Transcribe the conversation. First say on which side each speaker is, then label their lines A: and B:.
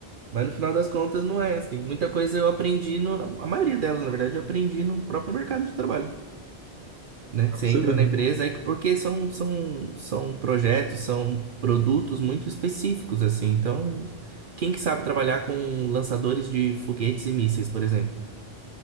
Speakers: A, on the right (about 60°); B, on the right (about 85°).
A: Mas no final das contas não é assim. Muita coisa eu aprendi no... A maioria delas, na verdade, eu aprendi no próprio mercado de trabalho. Né? Que
B: pra
A: você
B: você
A: entra
B: ver,
A: na
B: né?
A: empresa, aí que- porque são, são, são projetos, são produtos muito específicos, assim. Então, quem que sabe trabalhar com lançadores de foguetes e mísseis, por exemplo?